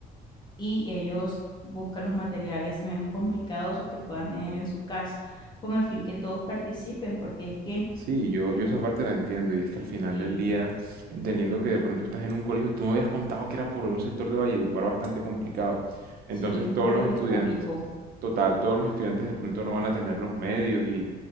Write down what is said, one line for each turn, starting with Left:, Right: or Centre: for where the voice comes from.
Left: y ellos buscan los materiales menos complicados o que puedan tener en su casa, con el fin que todos participen, porque es que
Right: Sí, yo, yo esa parte la entiendo y es que al final
Left: si,
Right: del día, entendiendo que de pronto estás en un colegio, tú me habías contado que era por un sector de Valledupar bastante complicado. Entonces
Left: si es un
Right: todos
Left: colegio
Right: los estudiantes,
Left: público,
Right: total, todos los estudiantes de pronto no van a tener los medios y,